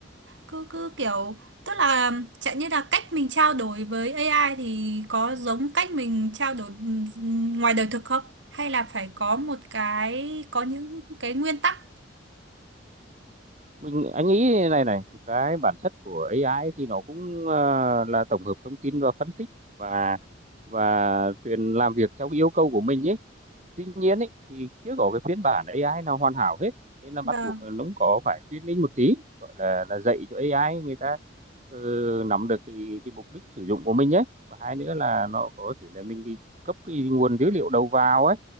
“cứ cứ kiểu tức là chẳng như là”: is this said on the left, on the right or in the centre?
Right